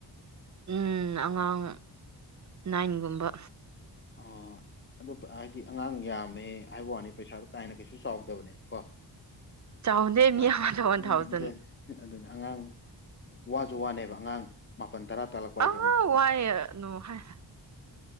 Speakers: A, on the right (about 40°); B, on the left (about 25°).
A: ꯎꯝ ꯑꯉꯥꯡ ꯅꯥꯏꯟꯒꯨꯝꯕ
B: ꯑ ꯑꯗꯣ ꯍꯥꯏꯗꯤ ꯑꯉꯥꯡ ꯌꯥꯝꯃꯦ ꯍꯥꯏꯕ ꯋꯥꯅꯤ ꯄꯩꯁꯥꯗꯣ ꯀꯥꯏꯅ ꯀꯩꯁꯨ ꯆꯥꯎꯗꯕꯅꯦꯕꯀꯣ
A: ꯆꯥꯎꯗꯦ ꯃꯤ
B: ꯑ
A: ꯑꯃꯗ ꯋꯥꯟ
B: ꯎꯝ
A: ꯊꯥꯎꯖꯟ
B: ꯑꯗꯨ ꯑꯗꯨꯅꯤ ꯑꯉꯥꯡ ꯋꯥꯁꯨ ꯋꯥꯅꯦꯕ ꯑꯉꯥꯡ ꯃꯥꯄꯜ ꯇꯔꯥ ꯇꯥꯜꯂꯛꯄ ꯍꯥꯏꯁꯦ
A: ꯑꯥ
B: ꯑꯃꯨꯛ
A: ꯋꯥꯏ ꯅꯣ ꯍꯥꯏ